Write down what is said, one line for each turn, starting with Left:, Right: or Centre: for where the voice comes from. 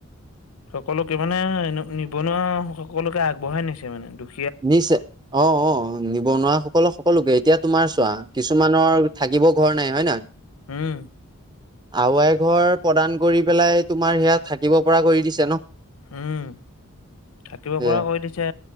Left: সকলোকে মানে এনে নিবনুৱা সকলোকে আগবঢ়াই নিছে মানে, দুখ
Right: নিচে। অহ অক্ষ নিবনুৱাসকলৰ সকলোকে। এতিয়া তোমাৰ চোৱা, কিছুমানৰ থাকিব ঘৰ নাই হয় নে নহয়
Left: উম।
Right: আৱাই ঘৰ প্ৰদান কৰি পেলাই তোমাৰ সেয়া থাকিব পৰা কৰি দিছে ন।
Left: উম থাকিব পৰা
Right: এ
Left: কৰি দিছে।